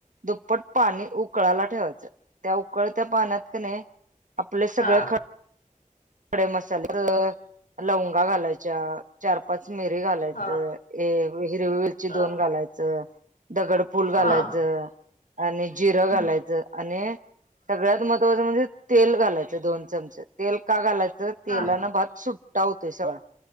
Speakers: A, on the right (about 65°); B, on the left (about 80°).
A: दुप्पट पाणी उ कळाला ठेवायच. त्या उकळत्या पाण्यात कणी आपले सगळे
B: हा
A: खडे मसाले, लवंगा घालायच्या, चार पाच मिरी घालायचं.
B: हा
A: ए हिरवी मिरची
B: हा
A: दोन घालायचं. दगड फुल
B: हा
A: घालायचं. आणि जिरं घालायचं
B: हं.
A: आणि सगळ्यात महत्त्वाचं म्हणजे तेल घालायचं दोन चमचे तेल का घालायचं. तेलान
B: हां
A: भात सुट्टा होतोय सगळा